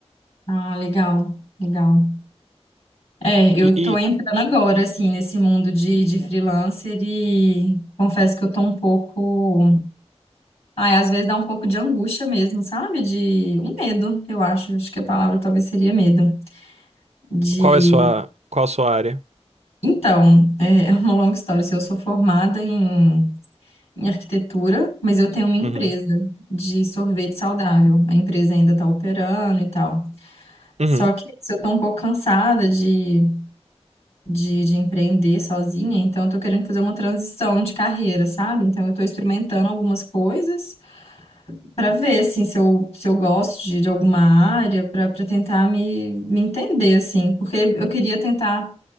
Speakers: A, on the left; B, on the right.
A: Ah, legal, legal. É, eu
B: E, e
A: tô entrando agora, assim, nesse mundo de, de freelancer e confesso que eu tô um pouco. Ai, às vezes dá um pouco de angústia mesmo, sabe? De um medo, eu acho. Acho que a palavra talvez seria medo. De.
B: qual é a sua, qual a sua área?
A: Então, é <laughs> é uma longa história. assim, Eu sou formada em, em arquitetura, mas eu tenho uma empresa
B: Uhum.
A: de sorvete saudável. A empresa ainda está operando e tal.
B: Uhum.
A: Só que se eu estou um pouco cansada de, de, de empreender sozinha, então eu estou querendo fazer uma transição de carreira, sabe? Então eu estou experimentando algumas coisas. para ver assim se eu, se eu gosto de, de alguma área, para tentar me, me entender assim, porque eu queria tentar